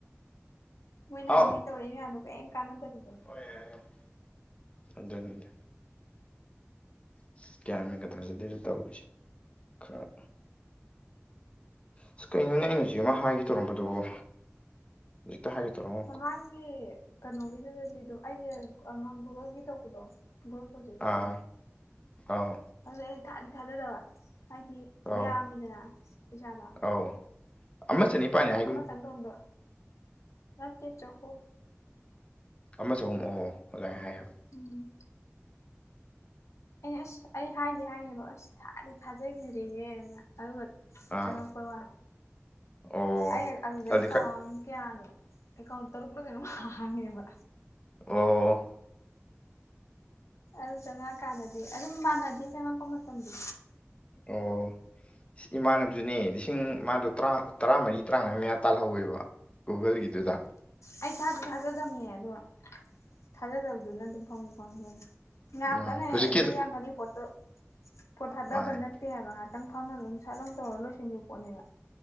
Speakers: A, on the left; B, on the left.
A: ꯃꯣꯏ ꯅꯍꯥꯟꯉꯣꯏ
B: ꯍꯥꯎ
A: ꯇꯧꯔꯛꯏ ꯃꯌꯥꯝꯗꯣ ꯀ꯭ꯌꯤꯝ ꯀꯥꯟꯅꯗꯕꯤꯗ
B: <unintelligible> ꯑꯗꯨꯅꯤꯗ ꯏꯁ ꯒ꯭ꯌꯥꯟ ꯃꯦꯟꯒ ꯇꯥꯖꯗꯦꯗ ꯇꯧꯔꯤꯁꯦ ꯈꯔ ꯑꯁ ꯀꯩꯅꯣꯅꯦ ꯑꯩꯅ ꯍꯧꯖꯤꯛ ꯑꯃ ꯍꯥꯏꯒꯦ ꯇꯧꯔꯝꯕꯗꯨꯕꯨ ꯍꯧꯖꯤꯛꯇ ꯍꯥꯏꯒꯦ ꯇꯧꯔꯝꯃ
A: ꯃꯃꯥꯡꯒꯤ ꯀꯩꯅꯣꯒꯤꯗꯨꯗꯗꯤ ꯑꯗꯨꯝ ꯑꯩꯁꯦ ꯑꯃ ꯒꯨꯒꯜꯒꯤ ꯇꯧꯕꯗꯣ ꯒꯨꯒꯜ ꯄ꯭ꯔꯣꯖꯦꯛꯀꯤꯗꯣ
B: ꯑꯥ ꯑꯧ
A: ꯑꯗꯨꯗꯤ ꯑꯩ ꯊꯥꯗꯤ ꯊꯥꯖꯗꯕ ꯍꯥꯏꯗꯤ
B: ꯑꯧ
A: ꯌꯥꯝꯃꯤꯗꯅ ꯄꯩꯁꯥꯗꯣ
B: ꯑꯧ ꯑꯃ ꯆꯅꯤꯄꯥꯥꯟꯅꯦ ꯍꯥꯏ
A: ꯑꯃꯇꯪ ꯇꯣꯡꯗꯣ ꯅꯠꯇꯦ ꯆꯍꯨꯝ
B: ꯑꯃ ꯆꯍꯨꯝ ꯑꯣ ꯑꯣ ꯑꯗꯨꯃꯥꯏ ꯍꯥꯏꯌꯦꯕ
A: ꯎꯝ ꯑꯩꯅ ꯑꯁ ꯑꯩ ꯍꯥꯏꯗꯤ ꯍꯥꯏꯒꯦꯕ ꯑꯁ ꯊꯥꯗꯤ ꯊꯥꯖꯒꯤꯗ꯭ꯔꯦꯍꯦꯅ ꯑꯗꯨꯒ
B: ꯑꯥ
A: ꯆꯪꯉꯛꯄꯩ ꯋꯥꯅꯤ
B: ꯑꯣ
A: ꯑꯩ ꯑꯗꯨꯗ
B: ꯍꯧꯖꯤꯛ
A: ꯑꯦꯀꯥꯎꯟ
B: ꯈꯔ
A: ꯀꯌꯥꯅꯣ ꯑꯦꯀꯥꯎꯟ ꯇꯔꯨꯛꯂ ꯀꯩꯅꯣꯝ ꯍꯥꯡꯉꯦꯕ
B: ꯑꯣ
A: ꯑꯗꯨ ꯆꯪꯉꯛꯑꯀꯥꯟꯗꯗꯤ ꯑꯗꯨꯝ ꯃꯥꯟꯅꯗꯦ ꯆꯪꯉꯛꯄ ꯃꯇꯝꯗꯤ
B: ꯑꯣ ꯏꯁ ꯏꯃꯥꯟꯅꯕꯖꯨꯅꯦ ꯂꯤꯁꯤꯡ ꯃꯥꯗꯣ ꯇꯔꯥ ꯇꯔꯥꯃꯔꯤ ꯇꯔꯥꯉꯥꯒꯤ ꯃꯌꯥ ꯇꯥꯜꯍꯧꯋꯦꯕ ꯒꯨꯒꯜꯒꯤꯗꯨꯗ
A: ꯑꯩ ꯊꯥꯗꯤ ꯊꯥꯖꯗꯝꯅꯦ ꯑꯗꯨꯒ ꯊꯥꯖꯗꯕꯗꯨꯅ ꯑꯗꯨꯝ ꯐꯪꯕꯨ ꯐꯪꯉꯤ ꯌꯥꯝ
B: ꯃꯥꯅꯦ
A: ꯀꯟꯅ
B: ꯍꯧꯖꯤꯛꯀꯤ
A: ꯍꯦ ꯑꯗꯨ ꯌꯥꯝ ꯀꯟꯅ ꯏꯐ꯭ꯔꯣꯠ ꯇꯣ ꯏꯐ꯭ꯔꯣꯠ ꯊꯥꯗꯕ
B: ꯃꯥꯅꯦ
A: ꯅꯠꯇꯦ ꯍꯥꯏꯕ ꯉꯥꯛꯇꯪ ꯐꯝꯃꯒ ꯑꯗꯨꯝ ꯁꯠꯂꯥꯎꯅ ꯇꯧꯔ ꯂꯣꯏꯁꯤꯟꯒꯤꯕ ꯄꯣꯠꯅꯦꯕ